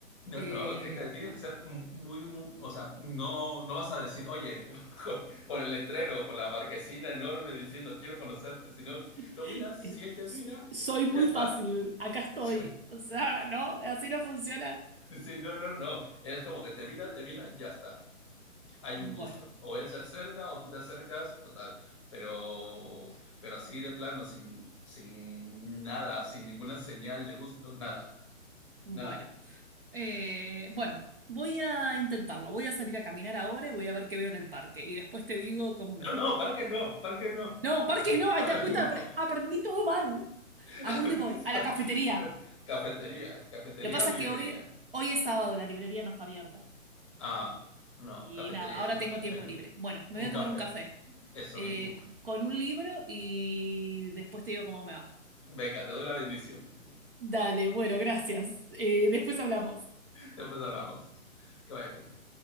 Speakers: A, on the left; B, on the right.
A: No,
B: Eh,
A: no, te- te- tienes que ser muy, muy- o sea, no, no vas a decir, oye, <laughs> con, con el letrero, con la marquesina enorme diciendo, quiero conocerte, sino
B: <laughs>
A: lo miras, si él te mira,
B: Soy muy
A: ya está.
B: fácil, acá estoy.
A: <laughs>
B: O sea, no, así no funciona.
A: Sí, no, no, no, es como que te mira, te mira, ya está, hay
B: Bueno,
A: un gusto. O él se acerca, o tú te acercas, o tal, pero, pero así de plano, sin, sin nada, sin ninguna señal de gusto, nada,
B: bueno.
A: nada.
B: Eh, bueno, voy a intentarlo. Voy a salir a caminar ahora y voy a ver qué veo en el parque. Y después te digo cómo me
A: No,
B: va.
A: no, parque no, parque no.
B: No, parque no, ahí
A: Par-
B: te das cuenta,
A: <laughs>
B: apre- aprendí todo mal. ¿A
A: <laughs>
B: dónde voy? A la cafetería.
A: No, Cafetería, cafetería
B: Lo que pasa
A: o librería.
B: es que hoy, hoy es sábado, la librería no está abierta.
A: Ah, no,
B: Y
A: cafetería.
B: nada, ahora
A: Ah,
B: tengo tiempo
A: Bueno,
B: libre. Bueno, me
A: un
B: voy a
A: café,
B: tomar un café
A: eso
B: eh,
A: mismo.
B: con un libro y después te digo cómo me va.
A: Venga, te doy la bendición.
B: Dale, bueno, gracias. Eh, después hablamos.
A: Después hablamos. Que vaya bien.